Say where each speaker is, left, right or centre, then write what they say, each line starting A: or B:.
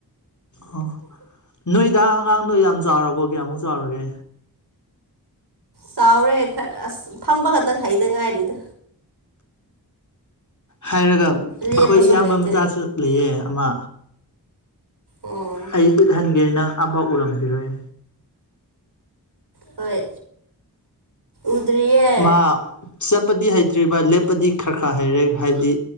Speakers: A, on the left; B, on the right.
A: ꯑꯣ ꯅꯣꯏ ꯗꯥ ꯑꯉꯥꯡꯗꯣ ꯌꯥꯝ ꯆꯥꯎꯔꯕꯣ ꯀꯌꯥꯃꯨꯛ ꯆꯥꯎꯔꯒꯦ
B: ꯆꯥꯎꯔꯦ ꯈꯔ ꯑꯁ ꯐꯝꯕ ꯈꯛꯇꯪ ꯍꯩꯗ ꯉꯥꯏꯔꯤꯗ
A: ꯍꯥꯏꯔꯒ
B: ꯂꯦꯞꯄꯁꯨ
A: ꯑꯩꯈꯣꯏ ꯏꯌꯥꯝꯕ
B: ꯍꯩꯇꯦ
A: ꯃꯆꯥꯁꯨ ꯂꯩꯌꯦ ꯑꯃ
B: ꯎꯝ
A: ꯑꯩ ꯎꯠꯍꯟꯒꯦ ꯅꯪ ꯑꯃ ꯐꯥꯎ ꯎꯔꯝꯒꯤꯔꯣꯏ
B: ꯍꯣꯏ ꯎꯗ꯭ꯔꯤꯌꯦ
A: ꯃꯥ ꯆꯠꯄꯗꯤ ꯍꯩꯇ꯭ꯔꯤꯕ ꯂꯦꯞꯄꯗꯤ ꯈꯔ ꯈꯔ ꯍꯩꯔꯦ ꯍꯥꯏꯕꯗꯤ